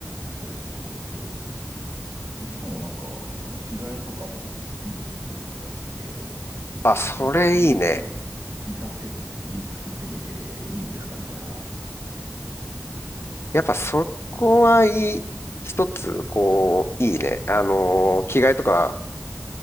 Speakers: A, on the right; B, on the left.
A: そうそうそう。で、しかもなんか、その着替えとかも用意してくれてるらしくて、
B: あ、それいいね。
A: なんかそんな、至せり尽くせりでいいんですかみたいな。
B: やっぱそこはいい、一つ、こう、いいね。あのー着替えとか
A: うん。